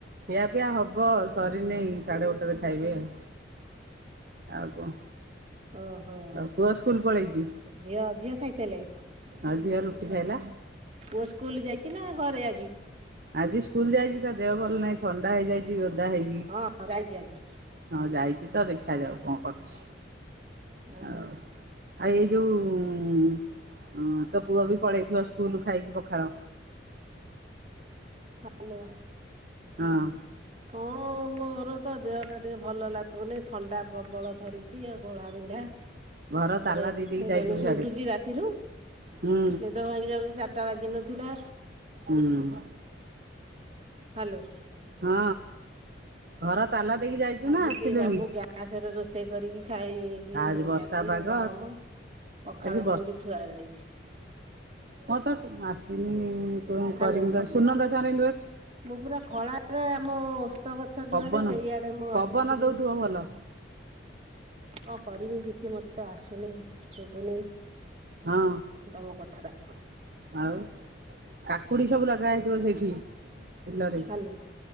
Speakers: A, on the right; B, on the right.
A: ଖିଆ ପିଆ ହବ ସରିନାଇ ସାଢେ ଗୋଟେରେ ଖାଇବେ ଆଉ। ଆଉ କଣ?
B: ଓହୋ
A: ଆଉ ପୁଅ ସ୍କୁଲ ପଳେଇଛି
B: ଝିଅ ଝିଅ ଖାଇସାଇଲାଣି?
A: ଆଉ ଝିଅ ରୁଟି ଖାଇଲା।
B: ପୁଅ ସ୍କୁଲ ଯାଇଛି ନା ଘରେ ଆଜି?
A: ଆଜି ସ୍କୁଲ ଯାଇଛି ତା ଦେହ ଭଲ ନାହିଁ ଥଣ୍ଡା ହେଇଯାଇଛି ଉଦା ହେଇକି।
B: ହଁ ଯାଇଜି ଆଜି।
A: ହଁ ଯାଇଛି ତ ଦେଖା ଯାଉ କଣ କରୁଛି
B: ହ୍ୟାଲୋ
A: ଆଉ ଆଉ ଏଇ ଯଉଁ ତୋ ପୁଅ ବି ପଳେଇଥିବ ସ୍କୁଲ ଖାଇକି ପଖାଳ,
B: ହାଲୋ।
A: ହଁ।
B: ହଁ ମୋର ତ ଦେହ ଟା ଟିକେ ଭଲ ଲାଗୁନି ଥଣ୍ଡା ପ୍ରବଳ ଧରିଛି ଆଉ ଘୋଳା ବିିନ୍ଧା।
A: ଘର
B: ତାପରେ
A: ତାଲା ଦେଇ ଦେଇକି ଯାଇଥିବୁ
B: ବେଳୁସୁ
A: ସିଆଡେ
B: ଉଠୁଛି ରାତିରୁ
A: ହୁଁ
B: ନିଦ ଭାଙ୍ଗି ଯାଉଜି ଚାରିଟା ବାଜି ନଥିଲା।
A: ହୁଁ। <inaudible>
B: ହାଲୋ।
A: ହଁ ଘର ତାଲା ଦେଇକି ଯାଇଛୁ
B: ଆଜି
A: ନା ଆସିଲୁଣି?
B: ସବୁ ଗ୍ୟାସ ରେ ରୋଷେଇ କରିକି ଖାଇ ଇଏ
A: ଆଜି ବର୍ଷା
B: ଯାଇନି
A: ପାଗ
B: ଗରମ ପଖାଳ
A: ଆଜି
B: ସେମଦି ଥୁଆ ଯାଇଛି।
A: ମର ତ ଆସିନି କଣ
B: ହାଲୋ।
A: କରିବି ସୁନନ୍ଦା ସାରେ
B: ମୁଁ ପୁରା ଖଳାରେ ଆମ ଓସ୍ତ ଗଛ
A: ପବନ
B: ଯୁଆଡେ ସେଇଆଡେ ମୁଁ
A: ପବନ
B: ଅଛି କିନ୍ତୁ
A: ଦଉଥିବ ଭଲ?
B: କଣ କରିବି କିଛି ମତେ ଆସୁନି ଶୁଭୁନି।
A: ହଁ
B: ତମ କଥା ଟା।
A: ଆଉ କାକୁଡି ସବୁ ଲଗା ହେଇଥିବ ସେଠି ବିଲରେ
B: ହାଲୋ